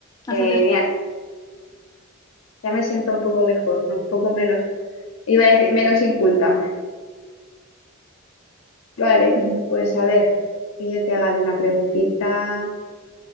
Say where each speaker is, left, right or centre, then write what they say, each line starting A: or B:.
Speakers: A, on the left (about 15°); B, on the left (about 75°).
A: has
B: Genial,
A: acertado.
B: ya me siento un poco mejor, un poco menos, iba a decir, menos inculta. Vale,
A: <laughs>
B: pues a ver, que yo te haga alguna preguntita.